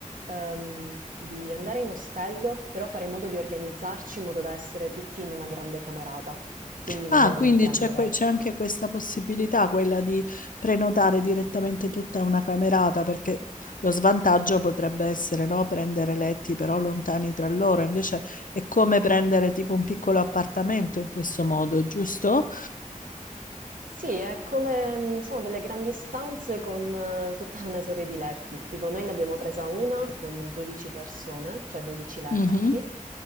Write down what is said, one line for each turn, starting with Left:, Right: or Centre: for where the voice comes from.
Right: ehm, di andare in ostello, però fare in modo di organizzarci in modo da essere tutti in una grande camerata. Quindi
Left: Ah,
Right: magari
Left: quindi
Right: prendere
Left: c'è que- c'è anche questa possibilità, quella di prenotare direttamente tutta una camerata, perché lo svantaggio potrebbe essere, no, prendere letti però lontani tra loro, invece è come prendere tipo un piccolo appartamento in questo modo, giusto?
Right: Sì, è come mhmm, sono delle grandi stanze con eh, tutta una serie di letti. Tipo noi ne abbiamo presa una con 12 persone, cioè 12 letti.
Left: Mhm,